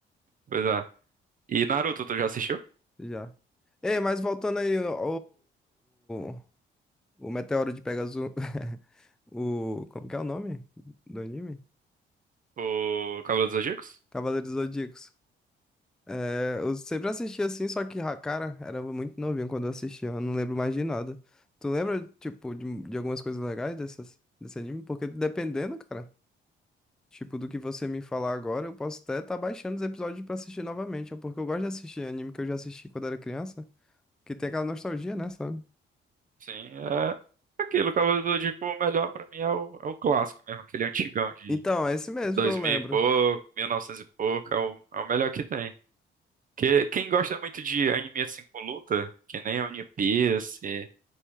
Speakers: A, on the right; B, in the centre.
A: Pois é. E Naruto, tu já assistiu?
B: Já. Ei, mas voltando aí, o, o, o Meteoro de Pegasus. <laughs> O. Como que é o nome do anime?
A: O Cavaleiro dos Zodíacos?
B: Cavaleiros do Zodíacos. É, eu sempre assisti assim, só que, ah, cara, era muito novinho quando eu assistia, eu não lembro mais de nada. Tu lembra, tipo, de, de algumas coisas legais dessas, desse anime? Porque dependendo, cara. Tipo, do que você me falar agora, eu posso até estar baixando os episódios pra assistir novamente, ó, porque eu gosto de assistir anime que eu já assisti quando era criança, que tem aquela nostalgia, né, sabe?
A: Sim, é aquilo. O Cavaleiro do Zodíaco, o melhor pra mim é o, é o clássico mesmo, aquele antigão de.
B: Então, é esse mesmo
A: Dois
B: que eu
A: mil
B: lembro.
A: e pouco, mil e novecentos e pouco, é o, é o melhor que tem. Que, quem gosta muito de anime assim com luta, que nem One Piece,